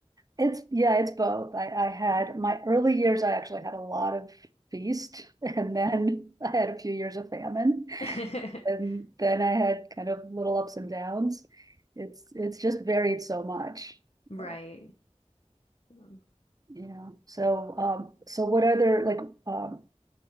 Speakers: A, on the right; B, on the left.
A: It's, yeah, it's both. I, I had
B: Mhm.
A: my early years, I actually had a lot of feast and then <laughs> I had a few years of famine.
B: Mhm. <laughs>
A: and then I had kind of little ups and downs. It's it's just varied so much,
B: Right.
A: you
B: Um,
A: know. So um, so what other like um,